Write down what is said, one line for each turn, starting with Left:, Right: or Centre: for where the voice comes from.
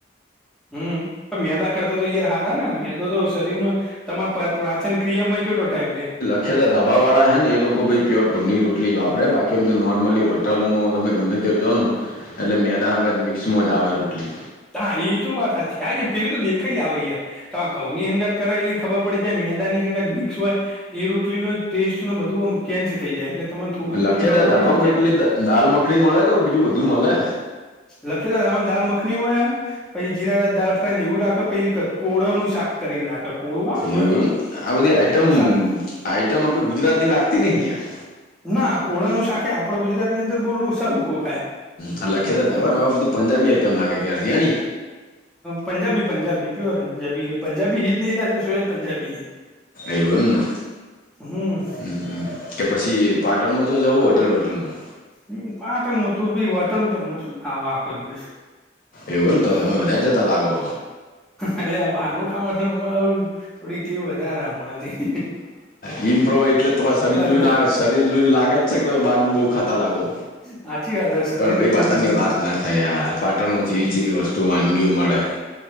Centre: હમ પણ મેદા કરતા તો યાર હારા ને મેદો તો શરીર મા. તમારા પ્રાચન ક્રિયામાં કેટલો ટાઈમ લે.
Left: છે ને ધાબાળા હેને એ લોકો ભઈ પ્યોર ઘઉંની રોટલી જ વાપરે બાકી એમ તો નોર્મલી હોએ. ટલ મો ગમે તે જો ને એટલે મેદા હંગાથ મિક્સમાં જ આવે રોટલી.
Centre: હા એ તો વાત સાચી હા પેલું તો દેખે જ આવે યાર. તો આ ઘઉ ની હંગત કયાએલી ખબર પડી જાય મેદા ની હંગાત મિક્સ હોય. એ રોટલી નો ટેસ્ટ નો બધું ઓમ ચેન્જ થઈ જાય એટલે. તમને થોડી તો
Left: લખે
Centre: એટલી ખબર
Left: તાબામાં
Centre: પડી જ
Left: એકટલી દાલ મખણી મળે કે બીજું બધું મળે.
Centre: લખીતા રામણ દાલ મખની. હોય પછી જીરાદા દાળ ફ્રાય ને એવું રાખે પછી કોળો નું શાક કરીને રાખે. કોળું આવે ને આપડે
Left: એવું એમ આ બધી આઈટમ
Centre: હા એનું શાક
Left: આઈટમ આપણે ગુજરાતની લાગતી નહિ યાર.
Centre: ના કોળા નું શાખ આપે ગુજરાત ની અંદર બોલવું ઓછાલ લોકો ખાય.
Left: હ લખેતા
Centre: હમ
Left: હતા હ ને બધું પંજાબી આઈટમ લાગે કે્યારેર.
Centre: પંજાબી પંજાબી પ્યોર પંજાબી પંજાબી હી જ નહી રહેતા સોજ પંજાી હૈ.
Left: એવું એમ ના
Centre: હમ
Left: હમ. કે પછી પાટણમાં તો જવું હોટલ વોટલમાં.
Centre: હમ પાટ હતું પ વટલ નું તમ શું કે આવો આખો દિવસ.
Left: એવું એને તો તમે
Centre: હમ
Left: વધારે જતા લાગો.
Centre: એટલે આ બહારનું ખાવાનું થોડી તેવ વધારે હમણાં થી.
Left: હિમપ્રવાહ એટલે તમા સરી જોઈને
Centre: થોડા
Left: આવે છે. શરીર જો લાગે છે કે તમે બહારનું બહુ ખાતા લાગો
Centre: સાચી વાત હ શરીર
Left: પણ ભાઈ
Centre: જોઈને
Left: બાટણ
Centre: તો થોડું
Left: ની વાત ના થાય યાર. પાટણમાં જેવી
Centre: હમ
Left: જેવી વસ્તુ વાનગીઓ મળે.